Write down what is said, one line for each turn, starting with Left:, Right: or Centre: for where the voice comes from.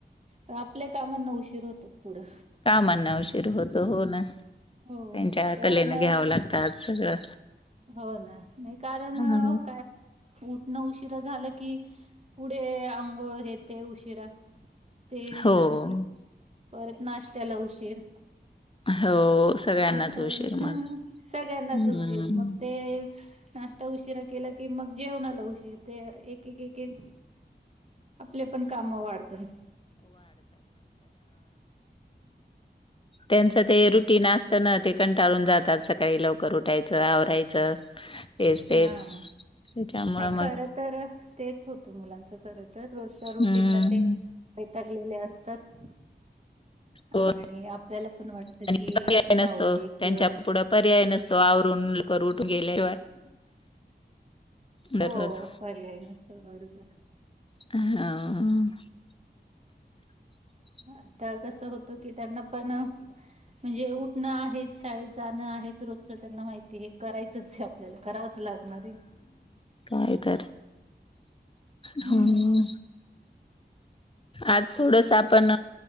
Right: पण आपल्या कामांना उशीर होत पुढं
Left: का म्हणणं उशीर होत हो ना त्यांच्या
Right: हो कारण
Left: कलेनं घ्यावं लागतात सगळं
Right: हो ना नाही कारण
Left: हा.
Right: काय उठणं उशिरा झालं की पुढे आंघोळ हेेते उशिरा ते
Left: हो
Right: झालं की परत नाश्त्याला उशीर
Left: हो सगळ्यांनाच
Right: मस्त उशी
Left: उशीर मग
Right: सगळ्यांनााच
Left: हम्म
Right: उशीर मग ते नाश्ता उशिरा केला की मग जेवणा आला उशीर ते एक एक एक एक आपले पण काम वाढतात
Left: त्यांच ते रुटीन असतना ते कंटाळून जातात सकाळी लवकर उठायचं आवरायचं तेच तेच
Right: हा नाही
Left: त्याच्यामुळं मग
Right: खर तर तेच होत मुलांचं खर तर रोजच्या रुटीनला
Left: हम्म
Right: ते बैतागलेले असतात
Left: हो
Right: आणि आपल्याला पण वाटत
Left: आणि
Right: कि
Left: पर्याय
Right: जाऊभे
Left: नसतो
Right: एक
Left: त्यांच्या
Right: दिवस
Left: पुढं पर्याय नसतो आवरून करठ गेले दररोज
Right: हो बर आहे नुसतं गरच
Left: हा
Right: आता कसं होतं की त्यांना पण म्हणजे उठणं आहे शाळेत जाणं आहे रोजचं त्यांना माहिती आहे करायचच आपल्याला करावंच लागणार आहे
Left: कायत र हम
Right: हम्म
Left: आज थोडस आपण